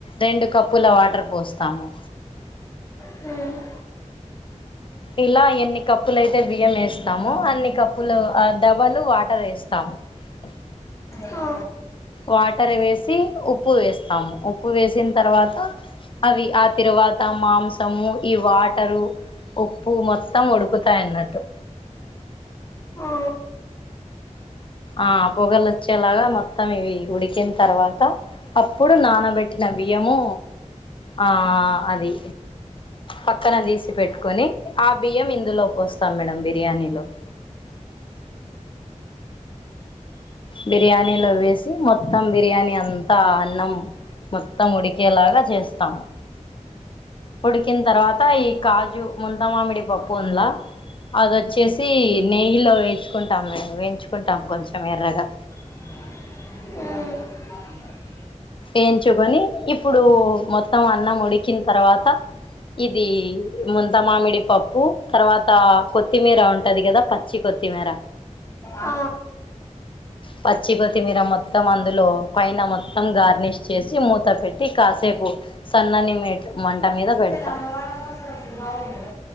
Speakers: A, on the left; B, on the left.
A: రెండు కప్పుల వాటర్ పోస్తాము
B: హ్మ్మ్
A: ఇలా ఎన్ని కప్పులుయితే బియ్యం వేస్తాము అన్ని కప్పులు డాబలు వాటర్ వేస్తాము ఆ
B: ఆ
A: వాటర్ వేసి ఉప్పు వేస్తాము ఉప్పు వేసిన తర్వాత అవి ఆ తిరువాత మాంసము ఈ వాటరు ఉప్పు మొత్తం ఉడుకుతాయన్నట్టు
B: ఆ
A: ఆ పొగలు వచ్చేలాగా మొత్తం ఇవి ఉడికి ఎకిన తర్వాత అప్పుడు నానబెట్టిన బియ్యము ఆ అది పక్కన తీసి పెట్టుకొని ఆ బియ్యం ఇందులో లో పోస్తాం మేడమ్ బిర్యానీలో బిర్యానీలో వేసి మొత్తం బిర్యానీ అంతా అన్నం మొత్తం ఉడికేలాగా చేస్తాము ఉడికిన తర్వాత ఈ కాజు ముంతమామిడి పప్పు ఉండ్ల అదొచ్చేసి నెయ్యిలో వేంచుకుంటాం మేము వేయించుకుంటాం కొంచెం ఎర్రగా
B: హ్మ్మ్
A: ఏంచుకొని ఇప్పుడు మొత్తం అన్నం ఉడికిన్ తర్వాత ఇది ముంతమామిడి పప్పు తర్వాత కొత్తిమీర ఉంటది గదా పచ్చి కొత్తిమీర
B: ఆ
A: పచ్చిపత్తిమీర మొత్తం అందులో పైన మొత్తం గార్నిష్ చేసి మూత పెట్టి కాసేపు సన్నని మేట మంట మీద పెడతాం
B: అంగన్వాడీకి పోతోంలకి దిమాక్ ఉండద